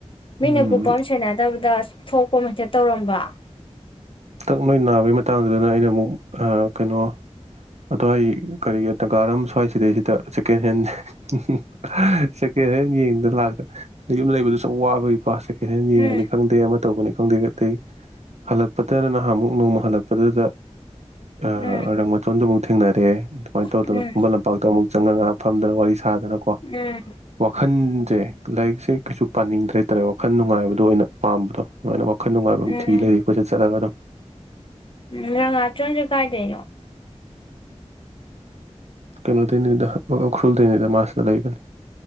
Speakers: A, on the left; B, on the right.
A: ꯃꯤꯅꯥ
B: ꯎꯝ
A: ꯀꯨꯄ ꯑꯃꯥ ꯁꯦꯅꯗꯕꯗ ꯊꯣꯛꯄ ꯃꯥ ꯍꯦꯛꯇ ꯇꯧꯔꯝꯕ
B: ꯍꯅꯇꯛ ꯂꯣꯏ ꯅꯥꯕꯩ ꯃꯇꯥꯡꯗꯨꯗ ꯑꯩꯅ ꯑꯃꯨꯛ ꯀꯩꯅꯣ ꯑꯗꯣ ꯑꯩ ꯀꯔꯤꯒ ꯗꯪꯀꯥꯔ ꯑꯃ ꯁ꯭ꯋꯥꯏ ꯁꯤꯗꯩꯁꯤꯗ ꯁꯦꯀꯦꯟ ꯍꯦꯟ <unintelligible> ꯁꯦꯀꯦꯟ ꯍꯦꯟ ꯌꯦꯡꯕ ꯂꯥꯛ ꯌꯨꯝ ꯂꯩꯕꯗꯨ ꯁꯨꯝ ꯋꯥꯕꯒꯤꯀꯣ ꯁꯦꯀꯦꯅ ꯍꯦꯅ ꯌꯦꯡꯕꯅꯤ
A: ꯎꯝ
B: ꯈꯪꯗꯦ ꯑꯃ ꯇꯧꯕꯅꯤ ꯈꯪꯗꯦ ꯑꯇꯩ ꯍꯜꯂꯛꯄꯗ ꯅꯍꯥꯟꯃꯨꯛ ꯅꯣꯡꯃ ꯍꯜꯂꯛꯄꯗꯨꯗ ꯑ <unintelligible>
A: ꯎꯝ
B: ꯑꯗꯨ ꯑꯃꯣꯛ ꯊꯦꯡꯅꯔꯦ ꯑꯗꯨꯃꯥꯏꯅ ꯇꯧꯗꯅ
A: ꯎꯝ
B: ꯈꯨꯨꯝꯟ ꯂꯝꯄꯥꯛꯇ ꯑꯃꯨ ꯆꯥꯉꯥ ꯉꯥꯍꯛ ꯐꯝꯗꯅ ꯋꯥꯔꯤ ꯁ ꯁꯥꯗꯅꯀꯣ
A: ꯎꯝ
B: ꯋꯥꯈꯟꯁꯦ ꯂꯥꯏꯔꯤꯛꯁꯦ ꯀꯩꯁꯨ ꯄꯥꯅꯤꯡꯗ꯭ꯔꯦ ꯇꯦ ꯋꯥꯈꯜ ꯅꯨꯡꯉꯥꯏꯕꯗꯨ ꯑꯣꯏꯅ ꯄꯥꯝꯕꯗꯣ ꯑꯗꯨꯃꯥꯏꯅ ꯋꯈꯟ ꯅꯨꯡꯉꯥꯏꯕ
A: ꯎꯝ
B: ꯑꯃ ꯊꯤ ꯂꯩꯔꯦ ꯀꯣꯏꯆꯠ ꯆꯠꯂꯒ ꯑꯗꯨꯝ
A: ꯎꯝ ꯂ ꯉꯥ ꯆꯣꯅ ꯁꯦ ꯀꯥꯏꯗꯩꯅꯣ
B: ꯀꯩꯅꯣꯗꯩꯅꯤꯗ ꯎꯈ꯭ꯔꯨꯜꯗꯩꯩꯅꯤꯗ ꯃꯥ ꯁꯤꯗ ꯂꯩꯕꯅꯤ